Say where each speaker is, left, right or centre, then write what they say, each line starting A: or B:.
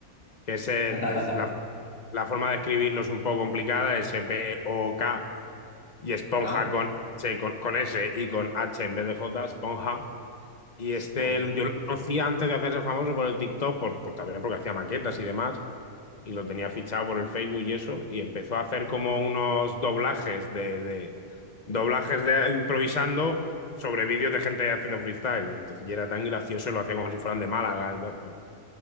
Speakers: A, on the left; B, on the left.
A: que ese
B: <laughs>
A: es la, la forma de escribirlo es un poco complicada, S-P-O-K y Esponja
B: Ajá.
A: con, H- con, con S y con H en vez de J, Esponja. Y
B: Esponja.
A: este yo lo conocía antes de hacerse famoso por el TikTok, por, por- también porque hacía maquetas y demás y lo tenía fichado por el Facebook y eso, y empezó a hacer como unos doblajes de, de doblajes de improvisando sobre vídeos de gente haciendo freestyle. Entonces, y era tan gracioso, lo hacía como si fueran de Málaga y tal. Bueno,